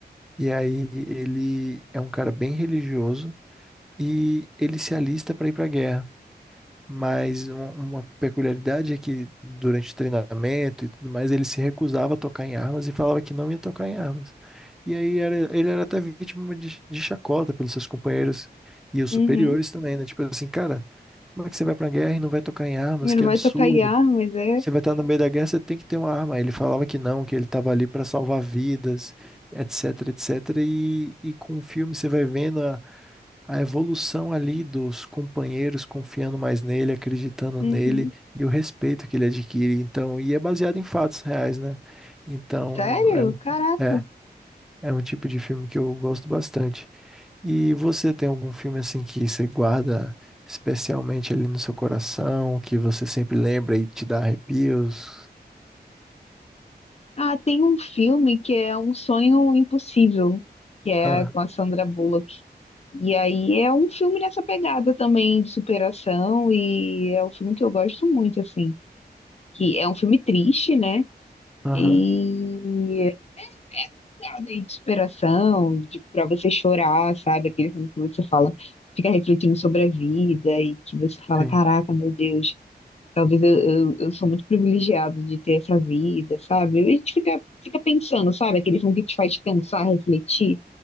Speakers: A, in the centre; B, on the left.
A: E aí ele é um cara bem religioso e ele se alista para ir para a guerra. Mas um- uma peculiaridade é que durante o treinamento e tudo mais, ele se recusava a tocar em armas e falava que não ia tocar em armas. E aí era, ele era até vítima de, de chacota pelos seus companheiros e os
B: Uhum.
A: superiores também, né? Tipo assim, cara, como é que você vai pra guerra e não vai tocar em armas?
B: E
A: Que
B: não vai
A: absurdo.
B: tocar em mas é?
A: Você vai estar no meio da guerra, você tem que ter uma arma. Ele falava que não, que ele estava ali para salvar vidas, etc, etc. E, e com o filme você vai vendo a, a evolução ali dos companheiros confiando mais nele, acreditando
B: Uhum.
A: nele e o respeito que ele adquire. Então, e é baseado em fatos reais, né? Então,
B: Sério?
A: é, um-
B: Caraca.
A: é, é um tipo de filme que eu gosto bastante. E você tem algum filme assim que você guarda especialmente ali no seu coração, que você sempre lembra e te dá arrepios?
B: Ah, tem um filme que é Um Sonho Impossível, que é
A: Ah,
B: com a Sandra Bullock. E aí é um filme nessa pegada também de superação e é um filme que eu gosto muito, assim. Que é um filme triste, né?
A: aham,
B: E é essa pegada aí de superação, de para você chorar, sabe? Aquele filme que você fala, fica refletindo sobre a vida e que você fala,
A: sim,
B: caraca, meu Deus. Talvez eu, eu, eu sou muito privilegiado de ter essa vida, sabe? A gente fica, fica pensando, sabe? Aquele filme que te faz pensar, refletir.